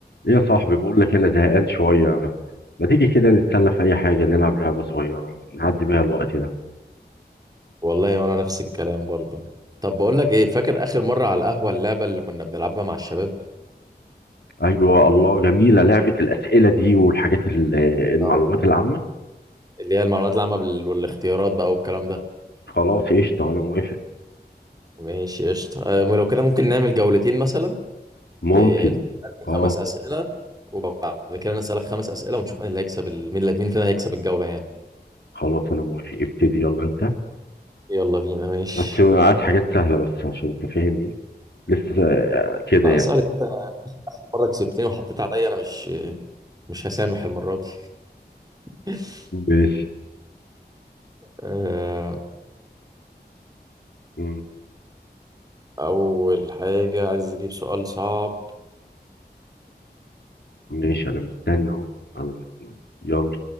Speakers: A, on the left; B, on the right.
A: إيه يا صاحبي بقول لك انا زهقان شويه ما تيجي كده نتسلى في اي حاجه نلعب لعبه صغيره نعدي بيها الوقت ده
B: والله وانا نفس الكلام برضو طب بقول لك ايه فاكر اخر مره على القهوه اللعبه اللي كنا بنلعبها مع الشباب
A: ايوه الله جميله لعبه الاسئله دي والحاجات ال- المعلومات
B: اه
A: العامه
B: اللي هي المعلومات العامه بال- والاختيارات بقى والكلام ده
A: خلاص قشطه انا موافق
B: ماشي قشطه آه، لو كده ممكن نعمل جولتين مثلا
A: ممكن
B: إيه انت تسالني
A: اه
B: خمس اسئله وبعد كده انا اسالك خمس اسئله ونشوف مين اللي هيكسب ال- مين اللي مين فينا هيكسب الجوله يعني
A: خلاص انا موافق ابتدي يلا انت
B: يلا بينا ماشي
A: بس عايز حاجات سهله بس عشان انت فاهم ايه لسه كده
B: لا
A: يعني
B: اسالك انت مره كسبتني وحطيت عليا انا مش مش هسامح المره دي <laughs>
A: ماشي
B: آه،
A: مم.
B: اول حاجه عايز اجيب سؤال صعب
A: ماشي انا مستني اهو انا مستني يلا